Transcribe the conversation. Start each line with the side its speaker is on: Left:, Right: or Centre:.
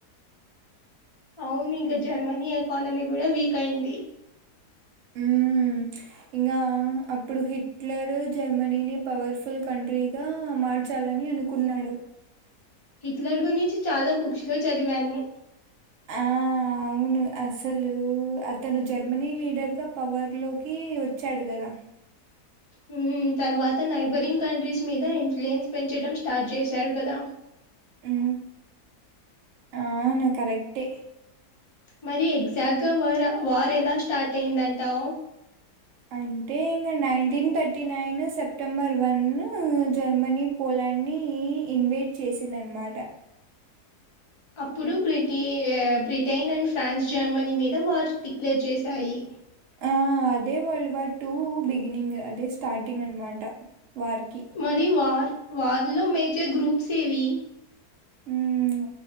Left: అవును ఇంకా జర్మనీ ఎకానమీ కూడా వీక్ అయింది
Right: హ్మ్. ఇంగా అప్పుడు హిట్లర్ జర్మనీని పవర్ఫుల్ కంట్రీ గా మార్ చాలని అనుకున్నాడు
Left: హిట్లర్ గురించి చాలా బుక్స్లో చదివాను
Right: ఆ అవును అస్సలు అతను జర్మనీ లీడర్గా పవర్లోకి వచ్చాడు కదా
Left: హ తర్వాత నైబరింగ్ కంట్రీస్ మీద ఇన్ఫ్లుయెన్స్ పెంచడం స్టార్ట్ చేశాారు కదా
Right: ఉ అవును కరెక్టే
Left: మరి ఎగ్జాక్ట్గా వ వార్ ఎలా స్టార్ట్ అయిందంటావు
Right: అంటే ఇంకా nineteen thirty nine September one Germany Poland అన్ని ఇన్వైట్ చేసింధన్మాటా
Left: అప్పుడు బ్రిటి బ్రిటైన్ అండ్ ఫ్రాన్స్ జర్మనీ మీద వార్స్ డిక్లేర్ చేశాయి
Right: ఆ అదే వరల్డ్ వార్ టూ బిగినింగ్ అదే స్టార్టింగ్ అనమాట వార్‌కి.
Left: మరి వార్ వర్లో మేజర్ గ్రూప్స్ ఏవి
Right: హమ్